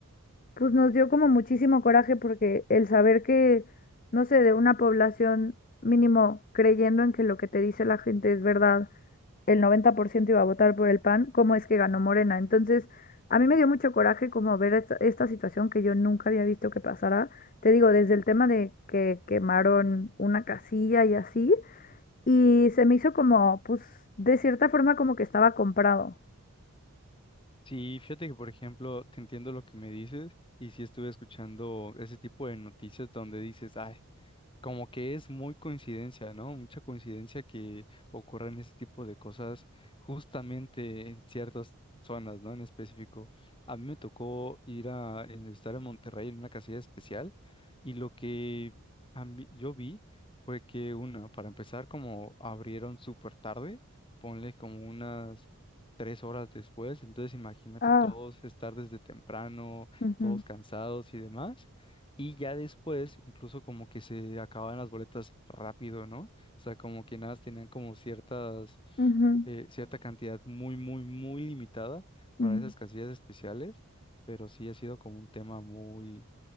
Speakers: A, on the left (about 40°); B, on the left (about 20°).
A: pues nos dio como muchísimo coraje porque el saber que, no sé, de una población mínimo creyendo en que lo que te dice la gente es verdad, el 90% iba a votar por el PAN, ¿cómo es que ganó Morena? Entonces, a mí me dio mucho coraje como ver esta, esta situación que yo nunca había visto que pasara. Te digo, desde el tema de que quemaron una casilla y así, y se me hizo como, pues, de cierta forma como que estaba comprado.
B: Sí, fíjate que, por ejemplo, te entiendo lo que me dices y sí estuve escuchando ese tipo de noticias donde dices, ay, Como que es muy coincidencia, ¿no? Mucha coincidencia que ocurran ese tipo de cosas justamente en ciertas zonas, ¿no? En específico. A mí me tocó ir a en- estar en Monterrey en una casilla especial y lo que a mí- yo vi fue que una, para empezar, como abrieron súper tarde, ponle como unas tres horas después, entonces imagínate
A: Ah,
B: todos estar desde temprano,
A: ujú,
B: todos cansados y demás. Y ya después, incluso como que se acababan las boletas rápido, ¿no? O sea, como que nada, más tenían como ciertas,
A: ujú,
B: eh, cierta cantidad muy, muy, muy limitada para
A: ujú.
B: esas casillas especiales, pero sí ha sido como un tema muy,